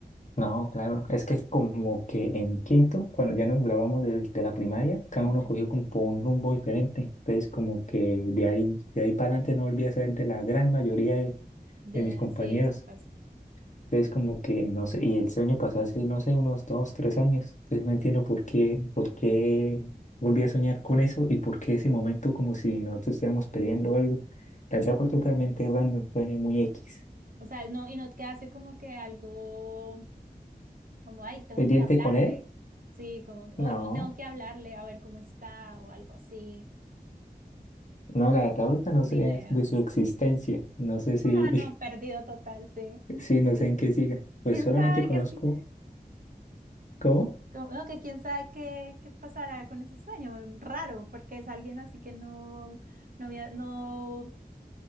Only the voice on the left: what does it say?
No, claro, es que como que en quinto, cuando ya nos grabamos de, de la primaria, cada
uno cogió como por un rumbo diferente, entonces como que de ahí, de ahí para adelante no volví a ser de la gran mayoría de,
de mis compañeros.
Entonces como que, no sé, y el sueño pasó así, no sé, unos dos, tres años. Entonces no entiendo por qué, por qué volví a soñar con eso y por qué ese momento como si nosotros estuviéramos peleando o algo. La verdad fue totalmente random, fue muy X.
¿Pendiente
con él?
No,
no, la verdad ahorita no
sé
de su existencia. No sé si,
<laughs> sí, no sé en qué siga. Pues
solamente
conozco
cómo.